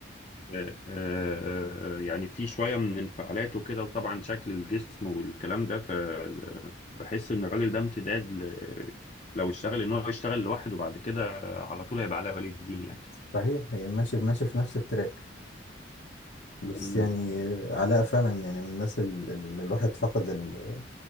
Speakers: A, on the left; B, on the left.
A: آه، آه، آه، آه، يعني في شوية من انفعالاته كده وطبعا شكل الجسم والكلام ده فبحس إن الراجل ده امتداد ل... لو اشتغل إن هو يشتغل لوحده بعد كده على طول هيبقى علاء ولي الدين يعني.
B: صحيح هي ماشي ماشي في نفس التراك بس
A: مم.
B: يعني آه، علاء فعلا يعني من الناس ال- اللي الواحد فقد ال-